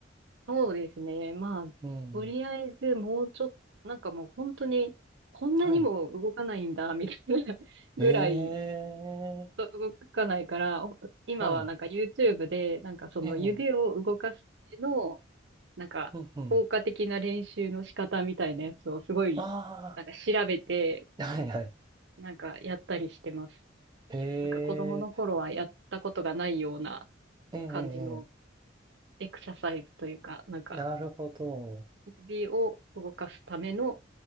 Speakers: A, on the right (about 65°); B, on the right (about 20°).
A: そうですね。まあ、
B: うん。
A: とりあえずもうちょっと、なんかもう本当に、こんなにも動かないんだ、
B: はい。
A: みたいな <laughs>
B: ええ、
A: ぐらい動かないから、お今はなんか
B: はい。
A: YouTube で、なんかその指を動かすための、
B: ええ、
A: なんか効果的な練習の仕方みたいなやつをすごい、
B: うん、うん。あ
A: なんか調べて、
B: あ、はい、はい。
A: なんかやったりしてます。
B: ええ
A: なんか子供の頃はやったことがないような
B: ええ、え
A: 感じのエクササイズというか、なんか
B: えなるほど。
A: 指を動かすための、